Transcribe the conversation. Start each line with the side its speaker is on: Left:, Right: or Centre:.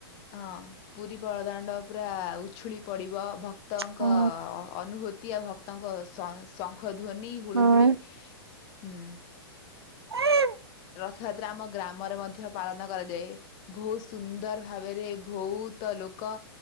Left: ହଁ ପୁରୀ ବଳଦାଣ୍ଡ ପୁରା ଉଛୁଳି ପଡିବ ଭକ୍ତଙ୍କ
Right: ହଁ
Left: ଅନୁଭୂତି ଆ ଭ ତାଙ୍କ ଶଙ୍ଖ ଧ୍ୱନି ହୁଳୁ
Right: ହଁ
Left: ହୁଳି ହୁଁ
Right: ହୁଁ
Left: ରଥଯାତ୍ରା ଆମ ଗ୍ରାମରେ ମଧ୍ୟ ପାଳନ କରାଯାଏ ବହୁତ ସୁନ୍ଦର ଭାବରେ ବହୁତ ଲୋକ